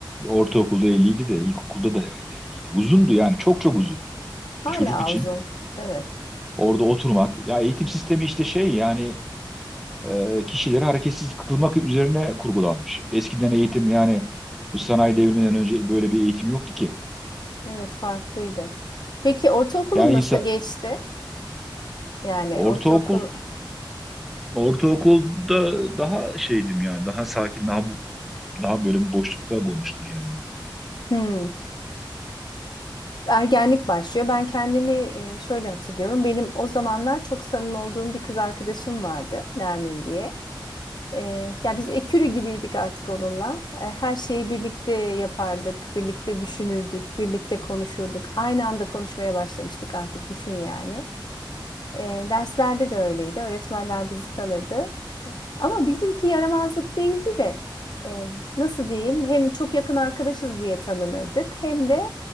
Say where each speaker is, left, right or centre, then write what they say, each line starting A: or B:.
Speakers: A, in the centre; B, on the left.
A: Ortaokulda 50 idi de ilkokulda da herhalde 50 idi. Uzundu yani çok çok uzun.
B: Hala
A: Bir çocuk için
B: uzun. Evet.
A: orada oturmak. Ya eğitim sistemi işte şey yani e, kişileri hareketsiz kılmak üzerine kurgulanmış. Eskiden eğitim yani bu sanayi devriminden önce böyle bir eğitim yoktu ki.
B: Evet farklıydı. Peki ortaokulun
A: Yani
B: nasıl
A: insan
B: geçti? Yani
A: ortaokul
B: ortaokul
A: ortaokulda daha şeydim ya daha sakin daha bu- daha böyle bir boşlukta bulmuştum kendimi.
B: Hmm. Ergenlik başlıyor. Ben kendimi e, şöyle hatırlıyorum. Benim o zamanlar çok samimi olduğum bir kız arkadaşım vardı, Nermin diye. E, ya biz ekürü gibiydik artık onunla. E, her şeyi birlikte yapardık, birlikte düşünürdük, birlikte konuşurduk. Aynı anda konuşmaya başlamıştık artık düşün yani. E, derslerde de öyleydi. Öğretmenler bizi tanırdı. Ama bizimki yaramazlık değildi de e, nasıl diyeyim hem çok yakın arkadaşız diye tanınırdık hem de